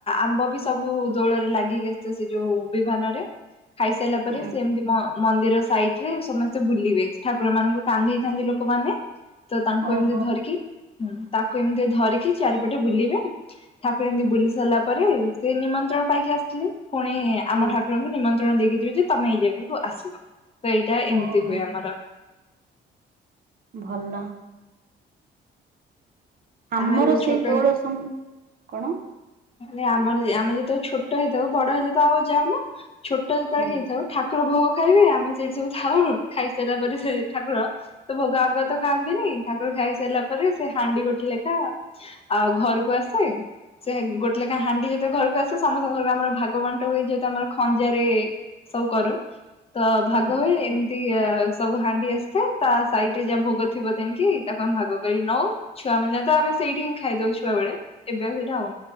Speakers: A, on the left; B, on the right.
A: ଆମ୍ବ ବି ସବୁ ଦୋଳରେ ଲାଗିକି ଆସିଥିବ ସେ ଯୋଉ ବିମାନରେ। ଖାଇ ସାରିଲା ପରେ
B: ହୁଁ
A: ସେ ଏମିତି ମ ମନ୍ଦିର ସାଇଟରେ ସମସ୍ତେ ବୁଲିବେ ଠାକୁର ମାନଙ୍କୁ କାନ୍ଧେଇଥାନ୍ତି ଲୋକମାନେ। ତ ତାଙ୍କୁ
B: ଓହୋ
A: ଏମିତି ଧରିକି ତାକୁ ଏମିତି ଧରିକି ଚାରିପଟେ ବୁଲିବେ। ଠାକୁର ଏମତି ବୁଲି ସାରିଲା ପରେ ସେ ନିମନ୍ତ୍ରଣ ପାଇକି ଆସିଥିଲେ। ପୁଣି ଆମ
B: ହଁ
A: ଠାକୁରଙ୍କୁ ନିମନ୍ତ୍ରଣ ଦେଇକି ଯିବ ଯେ ତମେ ଏଇ ଜାଗାକୁ ଆସିବ। ତ ଏଇଟା ଏମିତି
B: ଓହୋ
A: ହୁଏ ଆମର।
B: ଭଲ। ଆମର
A: ଆମେ ଯେତେ
B: ସେଇ
A: ଛୋଟ
B: ଦୋଳ ସମ କଣ?
A: ମାନେ ଆମର ଆମେ ଯେତେବେଳେ ଛୋଟ ହେଇଥାଉ ବଡ ହେଲେଥ ତ ଆଉ ଯାଉନୁ। ଛୋଟ ଯେତେବେଳେ
B: ହୁଁ।
A: ହେଇଥାଉ ଠାକୁର ଭୋଗ ଖାଇବେ ଆମେ ସେଇଠି ସବୁ ଥାଉ ଖାଇସାରିଲା ପରେ ସେ ଠାକୁର ତ ଭୋଗ ଆଗ ତ ଖାଆନ୍ତିନି ଠାକୁର ଖାଇ ସାରିଲା ପରେ ସେ ହାଣ୍ଡି ଗୋଟେ ଲେଖା ଆଉ ଘରକୁ ଆସେ। ସେ ଗୋଟେ ଲେଖା ହାଣ୍ଡି ଯେତେଳେ ଘରକୁ ଆସେ ସମସ୍ତଙ୍କ ଘର ଆମର ଭାଗ ବାଣ୍ଟ ହୁଏ ଯେତୁ ଆମର ଖଞ୍ଜାରେ ସବୁ କରୁ ତ
B: ହୁଁ
A: ଭାଗ ହୁଏ ଏମ ତ ଏ ସବୁ ହାଣ୍ଡି ଆସିଥାଏ ତା ସାଇଟରେ ଯାହା ଭୋଗ ଥିବ ତେଣିକି ତାକୁ ଆମେ ଭାଗ କରିକି ନଉ। ଛୁଆମାନେ ତ ଆମେ ସେଇଠି ହିଁ ଖାଇଦେଉ ଛୁଆବେଳେ ଏବେ ଆଉ ହେଇଟା ହଉ